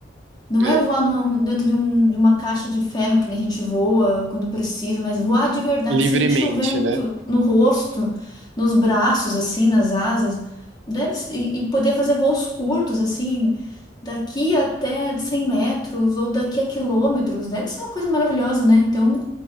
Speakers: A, on the left; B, on the right.
A: Não
B: É.
A: é voar numa- dentro de, um- de uma caixa de ferro que nem a gente voa quando precisa, mas voar de verdade,
B: Livremente,
A: sentir o vento
B: né?
A: no rosto, nos braços, assim, nas asas, deve, ser- e, e poder fazer voos curtos, assim, daqui até 100 metros ou daqui a quilômetros, deve ser uma coisa maravilhosa, né? Então,